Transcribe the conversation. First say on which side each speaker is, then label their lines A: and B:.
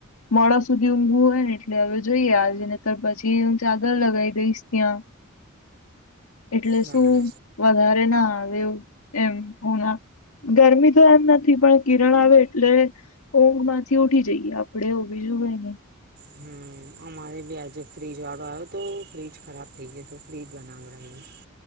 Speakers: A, on the left; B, on the right.
A: મોડા સુધી ઊંઘું હોય ને એટલે હવે જોઈએ આજે ને તો પછી હું ચાદર લગાવી દઈશ ત્યાં એટલે
B: બરાબર
A: શું વધારે ના આવે ઊંઘ એમ હ ગરમી તો એમ નથી પણ કિરણ આવે એટલે ઊંઘ માંથી ઉઠી જઈએ આપડે એવું બીજું કઈ નહી
B: હમ અમારે ભી આજે ફ્રીજ વાળો આવ્યો તો ફ્રીજ ખરાબ થઈ ગયો તો ફ્રીજ બનાવડાવ્યું